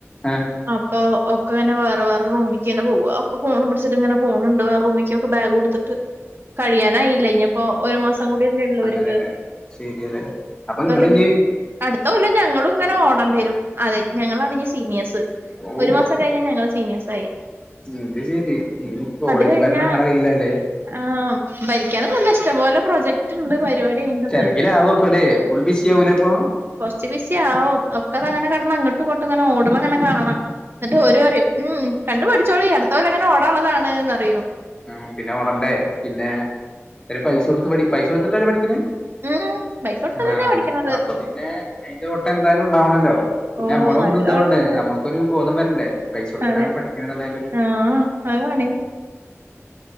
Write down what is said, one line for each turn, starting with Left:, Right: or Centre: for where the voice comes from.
Left: ആഹ്
Right: അപ്പൊ ഒക്കെങ്ങനെ വേറെ വേറെ റൂമിയ്ക്കെന്നെ പോവാ. ഒക്കെ ഫോണും പിടിച്ചിട്ട്ങ്ങനെ പോണുണ്ട് വേറെ റൂമിയ്ക്കൊക്കെ ബാഗു എടുത്തി ട്ട് കഴിയാനായില്ലെ ഇഞ്ഞ്പ്പോ ഒരു മാസം കൂടിയല്ലേ ഉള്ളൂ വര്
Left: ന്നെ ശരിയല്ലേ അപ്പൊ ങ്ങള്
Right: ഇനി
Left: ഇഞ്
Right: അടുത്ത കൊല്ലം ഞങ്ങളും ഇങ്ങനെ ഓടേണ്ടി വരും. അതെ ഞങ്ങളാണ് ഇനി സീനിയേഴ്സ്
Left: ഓഹ്
Right: ഒരു മാസം കഴിഞ്ഞ ഞങ്ങള് സീനിയേഴ്‌സായി.
Left: അത് ശരി, ഇനി കോളേജ്
Right: കഴിഞ്ഞാ
Left: ഭരണം നിങ്ങടെ കയ്യിലല്ലേ
Right: ആഹ് ഭരിക്കാനൊന്നല്ല ഇഷ്ടംപോലെ പ്രൊജക്റ്റ്ണ്ട് പരിപാടി അയിന്റത്
Left: തിരക്കിലവോ അപ്പലെ ഫുൾ ബിസി ആവൂലേ അപ്പൊ
Right: കൊർച്ച് ബിസി ആവും. ഒക്കതങ്ങനെ കെടന്ന് അങ്ങട്ടു ഇങ്ങട്ടുങ്ങനെ ഓട്ണ ഇങ്ങനെ കാണാ, എന്നിട്ട് ഓര് പറയും ഉം കണ്ട് പഠിച്ചോളീ, അടുത്ത കൊല്ലങ്ങനെ ഓടെ ന്നതാണ്... ന്നറയും.
Left: ഉം പിന്നെ ഓടണ്ടേ, പിന്നെ ഇവര് പൈസ കൊടുത്ത് പഠി പൈസ കൊടുത്തിട്ടല്ലേ പഠിക്ക്ണ്?
Right: ഉം പൈസ കൊടുത്തിട്ടന്നെ
Left: ആഹ്
Right: പഠിക്കണത്
Left: അപ്പൊ പിന്നെ അയിന്റെ ഓട്ടം എന്തായാലും ഉണ്ടാവണല്ലോ പിന്നെ
Right: ഓ
Left: നമ്മള
Right: നല്ല
Left: ഒന്നും ഇത്
Right: ഓട്ടണ്ട്
Left: കൊണ്ടേ നമ്മു ക്കൊരു ബോധം വരണ്ടേ. പൈസ കൊടുത്തിട്ടാണ്
Right: അതെ
Left: പഠിക്ക്ണ എന്ന്ള്ളേന്റൊരു
Right: ആഹ് അത് പണി